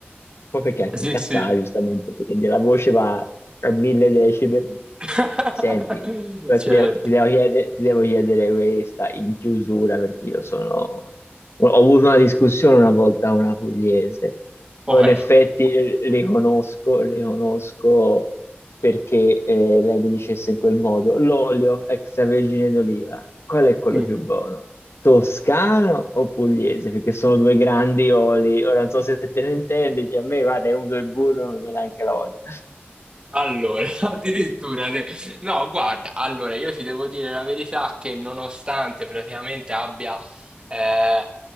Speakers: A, on the left (about 85°); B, on the right (about 25°).
A: poi perché anche
B: sì,
A: incazzata,
B: sì.
A: giustamente, quindi la voce va a 1000 decibel.
B: <laughs>
A: Senti, però
B: Certo,
A: ti devo, ti devo chiedere, ti devo chiedere questa in chiusura perché io sono... Ho avuto una discussione una volta con una pugliese,
B: ok.
A: però in effetti eh, riconosco, riconosco perché eh, lei mi dicesse in quel modo, l'olio extravergine d'oliva, qual è quello
B: Mm.
A: più buono? Toscano o pugliese? Perché sono due grandi oli. Ora non so se te ne intendi, cioè a me, guarda, io uso il burro, non so neanche l'olio.
B: Allora, <laughs> addirittura, te- no, guarda, allora io ti devo dire la verità che nonostante praticamente abbia, eh,